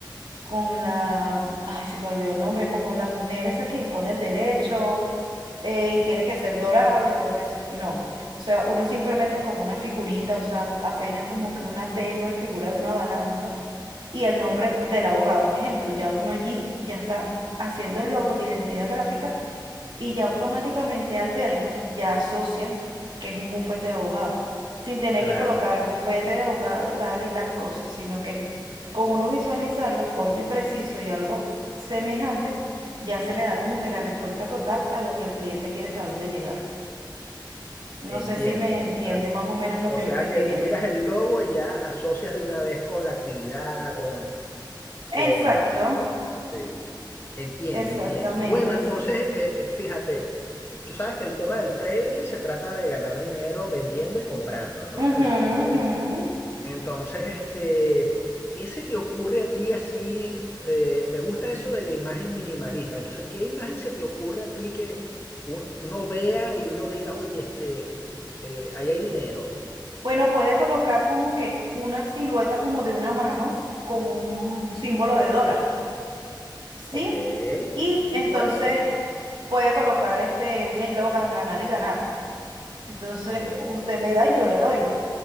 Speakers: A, on the right; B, on the left.
A: con la, ay, se me olvidó el nombre, como la mujer esa que impone el derecho eh, y tiene que ser dorado y todo eso. No, o sea, uno simplemente con una figurita, o sea, apenas como que una tenue figura de una balanza y el nombre del abogado, un ejemplo, ya uno allí ya está haciendo el logo, la identidad gráfica y ya automáticamente al verlo ya asocian que es un bufete de abogado, sin tener
B: claro,
A: que colocar bufete de abogado tal y tal cosa, sino que con uno visualizarlo corto y preciso y algo semejante, ya se le da como que la respuesta total a lo que el cliente quiere saberle llegar. No
B: entiendo.
A: sé si me entiende
B: O sea,
A: más o menos lo
B: o
A: que
B: sea
A: le estoy
B: que
A: queriendo.
B: tú miras el logo y ya asocias de una vez con la actividad, con, con,
A: Exacto,
B: sí. Entiendo,
A: exactamente
B: entiendo. Bueno, entonces,
A: así.
B: eh, eh, fíjate, tú sabes que el tema del trading se trata de ganar dinero vendiendo y comprando, ¿no?
A: Ujú,
B: Entonces,
A: ujú,
B: entonces, este, ¿qué se te ocurre a ti así? eh, me gusta eso de la imagen minimalista. Entonces, ¿qué imagen se te ocurre a ti que un- uno vea y uno diga, oye, este, eh, ahí hay dinero?
A: Bueno, puede colocar como que una silueta como de una mano con un símbolo de dólar, ¿sí?
B: Ok,
A: Y
B: mm,
A: entonces
B: puede ser,
A: puede colocar este un eslogan, ganar y ganar. Entonces,
B: ok.
A: usted me da y yo le doy.